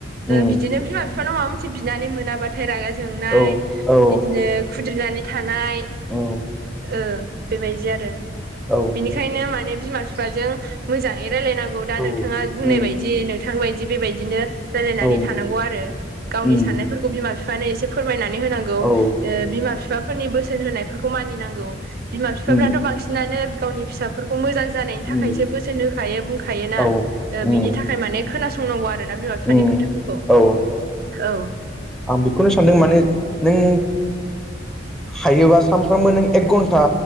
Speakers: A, in the centre; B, on the right.
A: उम
B: बिदिनो बिमा बिफानाव माबा मोनसे बिनानै मोनाबा फिथाइ रागा जोंनाय
A: औ औ
B: बिदिनो खुद्रिनानै थानाय
A: औ
B: ओ बेबायदि आरो
A: औ
B: बेंखायनो माने बिमा बिफाजों मोजाङै रायजलायनांगौ दा
A: औ
B: नोंथाङा बुंनाय
A: उम
B: बायदि बिथांबायदि बेबायदिनो रायलायनानै
A: औ
B: थानांगौ आरो गावनि
A: उम
B: साननायफोरखौ बिमा बिफानो एसे फोरमायनानै होनांगौ
A: औ
B: बिमा बिफाफोरनि बोसोन होनायफोरखौ मानिनांगौ बिमा बिफाफ्राथ'
A: उम
B: बांसिनानो गावनि फिसा फोरखौ मोजां जानायनि
A: उम
B: थाखायसो बोसोन होखायो बुंखायोोना
A: औ उम
B: बिनि थाखाय माने खोनासंनांगौ आरोना बिमा बिफानि
A: उम
B: खोथाफोरखौ
A: औ
B: औ
A: आं बेखौनो सानदों माने नों हायोबा सानफ्रामबो नों एक घन्टा